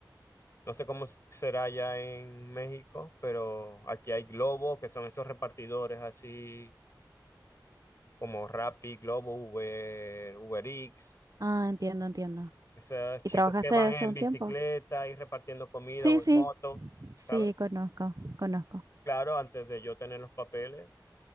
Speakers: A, on the left; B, on the right.
A: no sé cómo s- será allá en México, pero aquí hay Globo, que son esos repartidores así como Rappi, Globo, Uber, Uber Eats,
B: Ah, entiendo, entiendo.
A: Esos chicos
B: ¿Y trabajaste
A: que van
B: de eso
A: en
B: un
A: bicicleta
B: tiempo?
A: y repartiendo comida
B: Sí,
A: o
B: sí,
A: en moto,
B: sí,
A: ¿sabes?
B: conozco, conozco.
A: Claro, antes de yo tener los papeles,